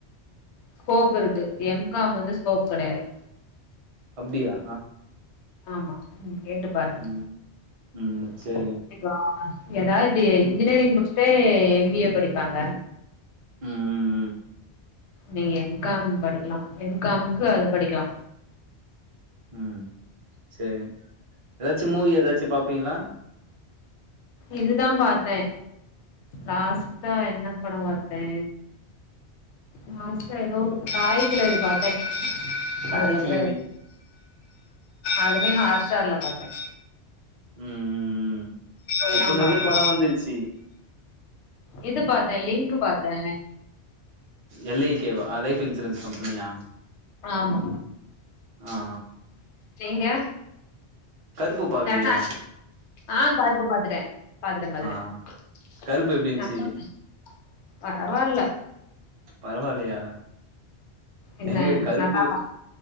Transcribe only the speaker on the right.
அப்டியா
ம் ம்
சேரிங்
ம்
ம்‌ ம் ம்
ம் சேரி ஏதாச்சு மூவி ஏதாச்சு பாப்பீங்களா
தாய்
கிழவி
ம் ம் ம்
இப்ப நெறைய
படம் வந்துருச்சு
எல் ஐ கே வா லைஃப் இன்சூரன்ஸ் கம்பெனியா
ஆ ஆ
கருப்பு பாக்கலையா
ஆ கருப்பு எப்டி இருந்துச்சு
பரவாயில்லயா
ஏங்க கருப்பு